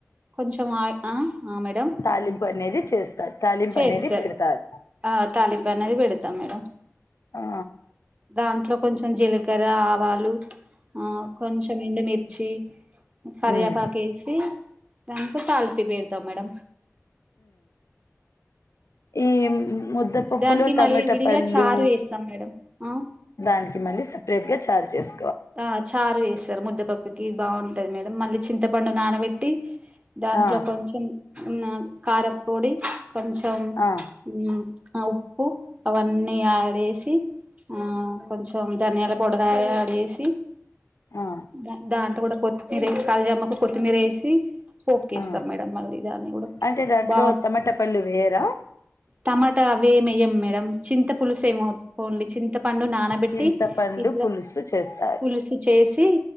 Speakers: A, on the right; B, on the left.
A: కొంచెం ఆయ్ ఆ ఆ మేడం
B: తాలింపు అనేది చేస్తారు తాలింపు
A: చేస్తర్
B: అనేది పెడతారు
A: ఆ తాలింపు అన్నది బెడతం మేడం
B: ఆ
A: దాంట్లో కొంచెం జీలకర్ర ఆవాల్ లు ఆ కొంచెం ఎండు మిర్చి కర్యేపాకు
B: ఉమ్
A: ఏసి దాంట్లో తాలింపి బెడతాం మేడం
B: ఏం ముద్దపప్పులో
A: దానికి
B: టమాటా
A: మళ్ళీ విడిగా
B: పళ్ళో
A: చారు వేస్తాం మేడం ఆ
B: దాన్ మళ్ళి సపరేట్ గా చారు చేస్
A: ఆ చారు ఏస్సరు ముద్దపప్పుకి బా ఉంటది మేడం మళ్ళీ చింతపండు నానవెట్టి దాంట్లో
B: ఆ
A: కొంచెం ఉన్న కారప్పొడి కొంచెం
B: ఆ
A: ఊ ఆవ్ పు అవన్నీ యాడ్ ఏసి ఆ కొంచెం ధనియాల పౌడర్ ఆ యాడ్ జేసి సి
B: ఆ
A: ర దాంట్లో గూడ కొత్తిమీర కళ్యామాకూ కొత్తిమీర్ ఏంసి పోప్ కేస్తాం
B: ఆ
A: మేడం మళ్ళీ దాన్ని గూడా
B: అంటే దాంట్లో
A: బా
B: టమాటా పళ్ళు వేయరా
A: టమా త అవి ఏం ఎయ్యం మేడం చింత పులుసేమో ఓన్లి చింతపండు నానబెట్టి
B: చింతపండు
A: ఇట్ల
B: పులుసు చేస్తారు
A: పులుసు చేసి